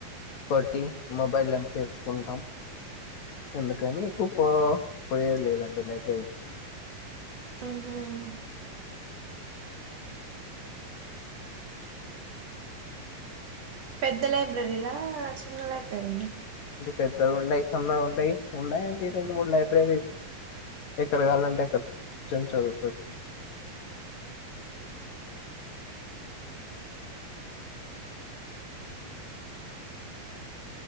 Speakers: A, on the left (about 60°); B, on the right (about 60°).
A: కొట్టి మొబైలోనే తెలుసుకుంటాం అందుకని ఎక్కువ పో పోయేది లేదండి లైబ్రరీ కి
B: ఆహుమ్ పెద్ద లైబ్రరీ లా చిన్న లైబ్రరీనా
A: పెద్దగ ఉన్నాయి చిన్నగ ఉంటాయి ఉండయి అండి రెండు మూడు లైబ్రరీలు ఎక్కడ కావాలంటే ఎక్కడ కుర్చొని చదువుకుంట